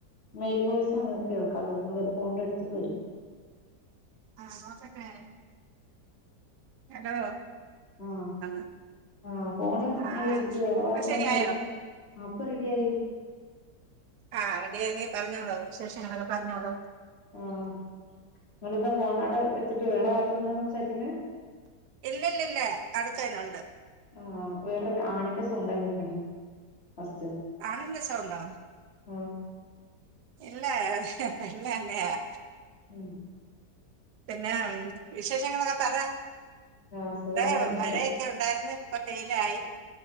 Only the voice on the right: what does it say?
ആഹ് നോക്കട്ടെ ഹലോ
<unintelligible>
ആഹ്
ഇപ്പൊ ശരിയായോ
ആഹ് റെഡിയായെങ്കി പറഞ്ഞോളൂ വിശേഷങ്ങളോക്കെ പറഞ്ഞോളൂ
ഇല്ല ല്ലല്ല അട്ത്തേനെണ്ട്
ആണിന്റെ സൗണ്ടോ
ഇല്ല <unintelligible>
പിന്നേം വിശേഷങ്ങളൊക്കെ പറ
ഇടെ
മഴയൊക്കെ ഉണ്ടായിരുന്നു ഇപ്പൊ വെയിലായി